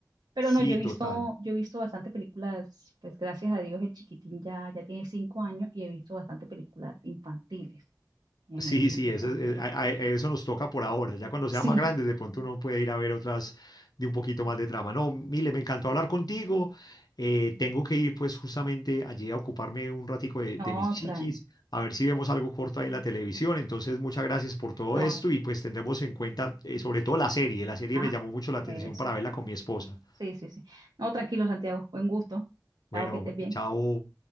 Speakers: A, on the right; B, on the left.
A: Pero
B: sí,
A: no, yo he visto,
B: total.
A: yo he visto bastante películas, pues gracias a Dios el chiquitín ya, ya tiene cinco años y he visto bastante películas infantiles. Eh,
B: Sí,
A: me he visto
B: sí, eso,
A: también.
B: es- eh, a- a- eso nos toca por ahora. Ya cuando sea
A: Sí,
B: más grande, de pronto uno puede ir a ver otras de un poquito más de trama. No, Mile, me encantó hablar contigo. Eh, tengo que ir pues justamente allí a ocuparme un ratico de,
A: <laughs> no,
B: de mis chiquis,
A: Tran.
B: a ver si vemos algo corto ahí en la televisión. Entonces, muchas gracias por todo
A: No,
B: esto y pues tendremos en cuenta eh, sobre todo la serie. La serie
A: Ajá,
B: me llamó mucho la atención
A: exactamente.
B: para verla con mi esposa.
A: Sí, sí, sí. No, tranquilo, Santiago. Buen gusto.
B: Bueno,
A: Chao, que estés bien.
B: chao.